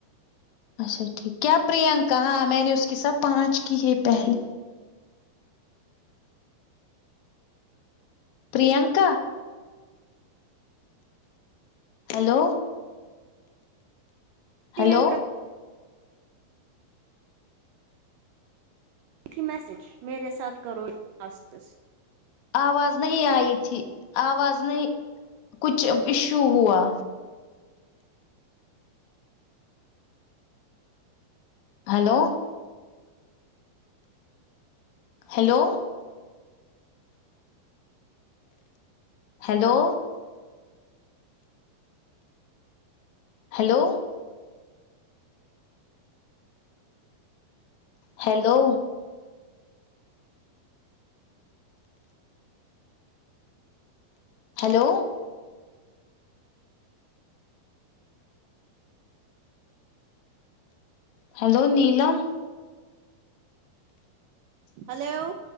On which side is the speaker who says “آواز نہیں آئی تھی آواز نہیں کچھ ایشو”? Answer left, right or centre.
Left